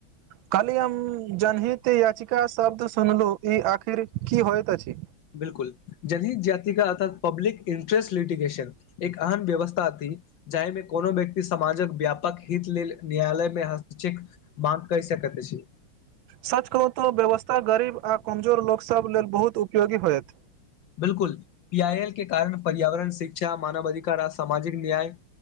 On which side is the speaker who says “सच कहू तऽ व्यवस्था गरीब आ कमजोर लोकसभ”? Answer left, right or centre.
Right